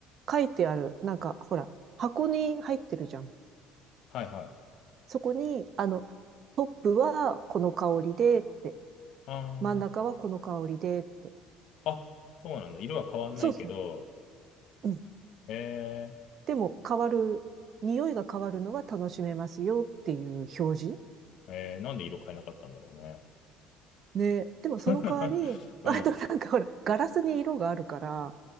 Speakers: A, on the right (about 50°); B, on the left (about 65°).
A: 書いてある。なんか、ほら、箱に入ってるじゃん。
B: はいはい。
A: そこに、あの、トップはこの香りでって、
B: あー、
A: 真ん中はこの香りでって。
B: あ、そうなんだ。色は変わんないけど、
A: そうそう。うん。
B: え
A: でも変わる、匂いが変わるのは楽しめますよっていう表示。
B: ー、えー、なんで色変えなかったんだろうね。
A: ね。でもその代わり、
B: <laughs> うん。
A: あとなんかほら、ガラスに色があるから、